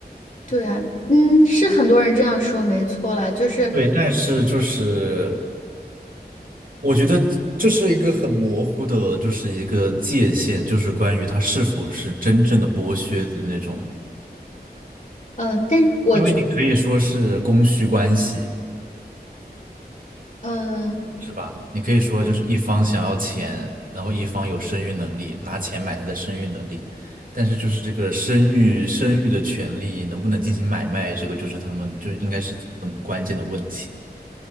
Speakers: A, on the left; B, on the right.
A: 对啊，嗯，是很多人这样说，没错啦，就是，
B: 对，但是就是我觉得这是一个很模糊的，就是一个界限，就是关于它是否是真正的剥削的那种
A: 嗯，但是我觉，
B: 因为你可以说是供需关系，
A: 嗯、
B: 是吧？你可以说就是一方想要钱，然后一方有生育能力，拿钱买他的生育能力，但是就是这个生育生育的权利能不能进行买卖，这个就是他们就应该是很关键的问题。